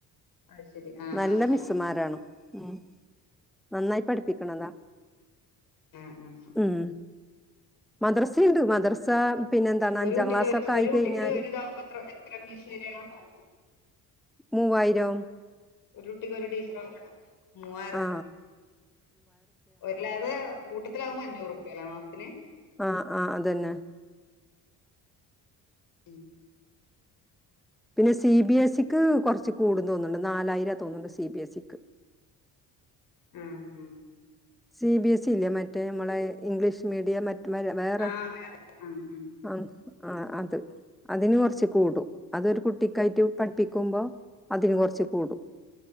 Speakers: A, on the left (about 55°); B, in the centre.
A: അത് ശരി ആഹ്
B: നല്ല
A: ആഹ്
B: മിസ്സുമാരാണ്
A: ആഹ്
B: ഉം നന്നായി പഠിപ്പിക്കണതാ
A: ഉം
B: ഉം മദ്രസയുണ്ട് മദ്രസ പിന്നെ എന്താണ്
A: ഒരു
B: അഞ്ചാം
A: കുട്ടിക്ക്
B: ക്ലാസ്സൊക്കെ ആയി
A: ഒരു കുട്ടിക്ക്
B: കഴിഞ്ഞാല്
A: ഒരു <unintelligible> എത്ര എത്ര ഫീസ് വരാ ആഹ്
B: മൂവായിരം
A: ഒരു കുട്ടിക്ക് ഒരു ടീച്ചറാവുമ്പോ മൂവായിറുപ്പ്യ
B: ആ.
A: ഒര്ല്ലാതെ കൂട്ടത്തിലാവുമ്പോ അഞ്ഞൂറ് റുപ്പ്യ അല്ലേ മാസത്തില്
B: ആഹ് ആഹ് അതന്നെ
A: ഉം
B: പിന്നെ സി ബി എസിക്ക് കൊറച്ച് കൂടൂന്ന് തോന്നുന്നുണ്ട് നാലായിര തോന്നുണ്ട് സി ബി എസിക്ക്
A: ഉം ഉം ഉം
B: സി ബി എസി ഇല്ലേ മറ്റേ നമ്മളെ ഇംഗ്ലീഷ് മീഡിയം മ വരെ വേറെ
A: ആഹ് ആഹ് അറിയാം അറിയാം ആഹ്
B: ആഹ് ആ അത് അതിന് കുറച്ച് കൂടും അതൊരു കുട്ടി ക്കായിട്ട് പഠിപ്പിക്കുമ്പോ അതിന് കുറച്ച് കൂടും